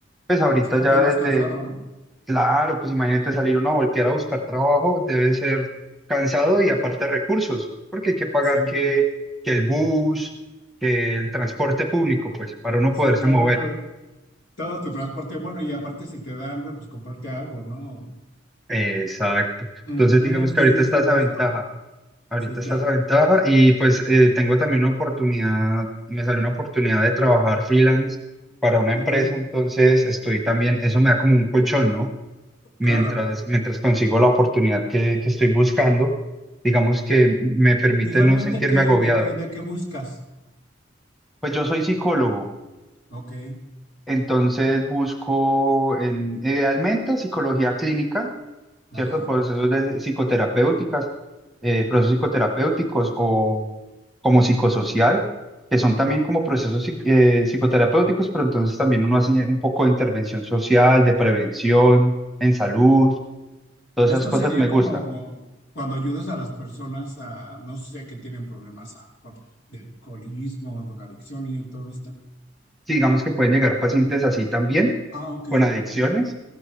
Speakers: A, in the centre; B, on the left.
A: Pues ahorita
B: sí, porque
A: ya
B: es más
A: desde,
B: cansado, ¿no?
A: Claro, pues imagínate salir uno a voltear a buscar trabajo, debe ser cansado y aparte recursos, porque hay que pagar
B: Sí,
A: que, que el bus, que el transporte público, pues, para uno
B: sí,
A: poderse
B: claro,
A: mover.
B: todo, todo tu transporte, bueno, y aparte si te da hambre, pues comprarte algo, ¿no?
A: Exacto.
B: Ujú,
A: Entonces, digamos
B: sí,
A: que ahorita está
B: es un
A: esa
B: gasto,
A: ventaja, ahorita
B: sí, claro,
A: está esa ventaja y pues eh, tengo también una oportunidad, me salió una oportunidad de trabajar freelance para una
B: ok,
A: empresa, entonces estoy también, eso me da como un colchón, ¿no? mientras,
B: claro.
A: mientras consigo la oportunidad que, que estoy buscando, digamos que me permite
B: ¿Y realmente
A: no sentirme
B: qué,
A: agobiado.
B: de qué, de qué buscas?
A: Pues yo soy psicólogo,
B: Ok,
A: entonces busco en, idealmente psicología clínica,
B: ajá,
A: cierto Procesos de- psicoterapéuticas, eh, procesos
B: ok.
A: psicoterapéuticos o como psicosocial, que son también como procesos psic- eh, psicoterapéuticos, pero entonces también uno hace un poco de intervención social, de prevención en salud, todas
B: Esto
A: esas cosas
B: sería
A: me
B: como
A: gustan.
B: cuando ayudas a las personas a, no sé, que tienen problemas a- por- de alcoholismo, drogadicción y todo esto.
A: Sí, digamos que pueden llegar pacientes así también,
B: Ah, ok.
A: con adicciones,